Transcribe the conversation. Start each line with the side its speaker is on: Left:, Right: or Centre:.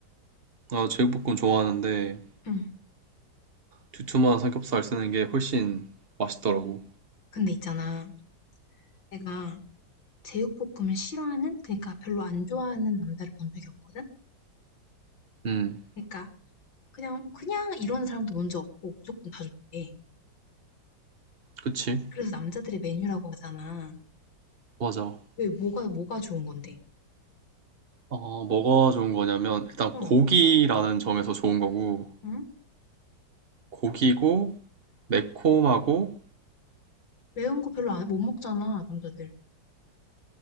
Right: 나 제육볶음 좋아하는데,
Left: 응.
Right: 두툼한 삼겹살 쓰는 게 훨씬 맛있더라고.
Left: 근데 있잖아. 내가 제육볶음을 싫어하는 그러니까 별로 안 좋아하는 남자를 본 적이 없거든.
Right: 음,
Left: 그러니까 그냥 그냥 이런 사람도 먼저 없고 무조건 다 좋대.
Right: 그치?
Left: 그래서 남자들의 메뉴라고 하잖아.
Right: 맞아.
Left: 왜 뭐가 뭐가 좋은 건데?
Right: 어, 뭐가 좋은 거냐면, 일단
Left: 어.
Right: 고기라는 점에서 좋은 거고,
Left: 응?
Right: 고기고, 매콤하고,
Left: 매운 거 별로 안, 못 먹잖아, 남자들.